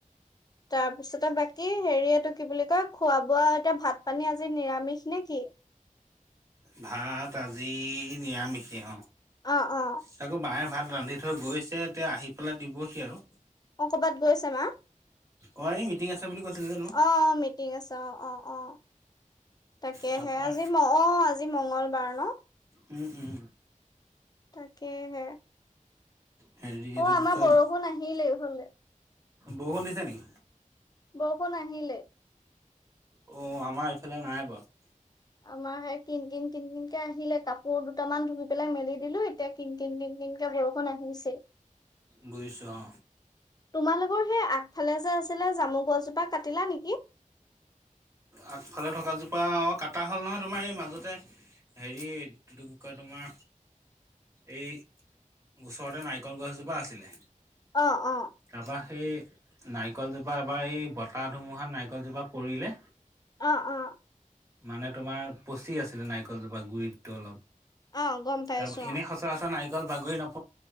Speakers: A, on the left (about 30°); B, on the right (about 20°).
A: তাৰপিছতে বাক কি হেৰি এইটো কি বুলি কয়, খোৱা বোৱা এতিয়া ভাত পানী আজি নিৰামিষ নেকি?
B: ভাত আজি নিৰামিষে আও
A: অ অ
B: তাকো বায়ে ভাত ৰান্ধি থৈ গৈছে। এতিয়া আহি পেলাই দিবহি আৰু।
A: অ কবাত গৈছে মা?
B: অ এই মিটিং আছে বুলি কৈছিলো যে তোমাক
A: অহ, অ মিটিং আছে অ-অ-অ। তাকেহে
B: তাৰপৰা
A: আজি, অ, আজি মঙ্গলবাৰ ন।
B: উম, উম।
A: তাকেহে,
B: হেৰি এইটো
A: অ
B: কি
A: আমাৰ
B: কয়
A: বৰষুণ আহিলেই হ'লে।
B: বৰষুণ দিছে নেকি?
A: বৰষুণ আহিলেই
B: অ, আমাৰ এইফালে নাই বাৰু।
A: আমাৰ সেই কিন, কিন, কিন, কিন কে আহিলে। কাপোৰ দুটামান ধুই পেলাই মেলি দিলো এতিয়া কিন, কিন, কিন, কিন কে বৰষুণ আহিছেই।
B: বুজিছো অ।
A: তোমালোকৰ সেই আগফালে যে, আছিলে জামু গছজোপা কাটিলা নেকি?
B: আগফালে থকাজোপা অ কাটা হ'ল নহয় তোমাৰ এই মাজতে হেৰি কি কয় তোমাৰ এই ওচৰতে নাৰিকল গছজোপা আছিলে
A: অ অ
B: তাৰপা সেই নাৰিকলজোপা এবাৰ এই বতাহ ধুমুহাত নাৰিকলজোপা পৰিলে
A: অ অ
B: মানে তোমাৰ পচি আছিলে নাৰিকলজোপা গুৰিটো অলপ
A: অ গম পাইছো
B: তাৰ এনেই
A: অ
B: সচৰাচৰ নাৰিকল বাগৰি নপ